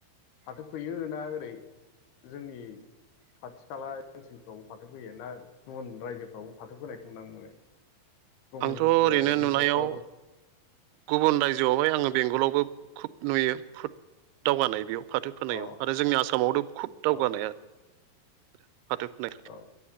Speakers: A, on the left; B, on the right.
A: फाथो फैयोना ओरै जोंनि खाथि खाला ओनसोलफ्रावबो फाथो फैयो ना गुबुन रायजोफ्रावबो फाथो फोनायखौ नुनो मोनो गुबुन
B: आंथ' ओरैनो
A: डिस्ट्रिकफ्रावबो
B: नुनायाव गुबुन रायजोआवहाय आङो बेंगलावबो खुब नुयो फुद दावगानाय बेयाव फाथो फोनायाव
A: अ
B: आरो जोंनि आसामावथ' खुब
A: अ
B: दावगानाया फाथो फोनाय <unintelligible>
A: अ